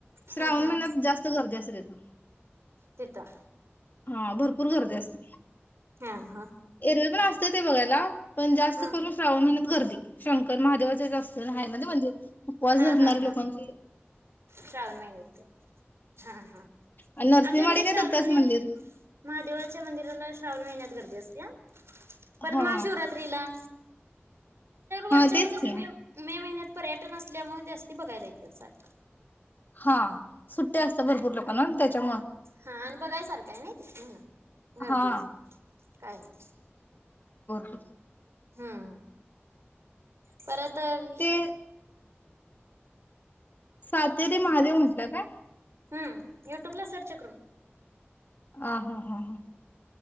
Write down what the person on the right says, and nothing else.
हा हा
तिथं
हा हा
हा
हा
हा
हा श्रावण महिन्यात हा हा
आमच्याकडे मी
श्रावण
महिन्यात
महादेवाच्या मंदिराला श्रावण महिन्यात गर्दी असत्या. तस. पढ
महाशिवरात्रीला. वरच्यावर
कसं
मे मे महिन्यात. पर्यटन. तल्या असते बघायला येते सख.
हा आणि बघायसारखं आहे नाही ते गर्दी
असते काय म.
हम्म परत. तर
म्हणलं
हम्म युट्यूबला सेर्चक